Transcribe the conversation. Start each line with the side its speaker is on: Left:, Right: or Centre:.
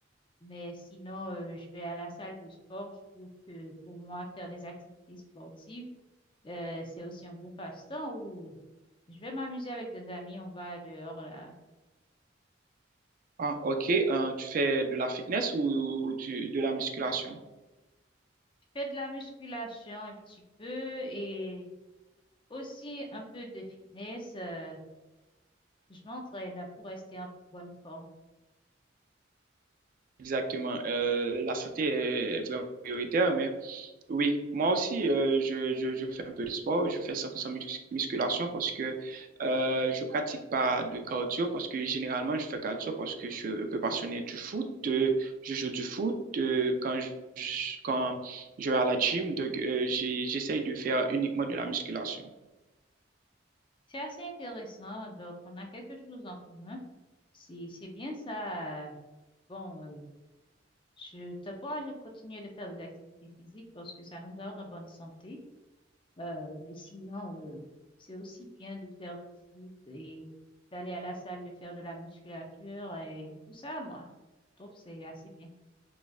Left: Mais sinon, euh, je vais à la salle de sport. Je trouve que pour moi, faire des activités sportives, euh, c'est aussi un bon passe-temps où je vais m'amuser avec des amis. On va dehors là.
Right: Ah, ok. Euh, tu fais de la fitness ou du- de la musculation?
Left: Je fais de la musculation un petit peu et aussi un peu de fitness. euh, je m'entraîne pour rester en bonne forme.
Right: Exactement. Euh, la santé est vraiment prioritaire, mais oui, moi aussi, euh, je, je, je fais un peu de sport. Je fais 100% mus- musculation parce que euh, je pratique pas de cardio, parce que généralement, je fais cardio parce que je suis un peu passionné du foot. euh, je joue du foot euh, quand je, je- quand Je vais à la gym, donc euh, j'ai- j'essaye de faire uniquement de la musculation.
Left: C'est assez intéressant. Donc, on a quelque chose en commun. C'est, c'est bien ça. Bon, euh, je t'encourage à continuer de faire des activités physiques parce que ça nous garde en bonne santé. Euh, mais sinon, euh, c'est aussi bien de faire du foot et d'aller à la salle, de faire de la musculature et tout ça, moi. Je trouve que c'est assez bien.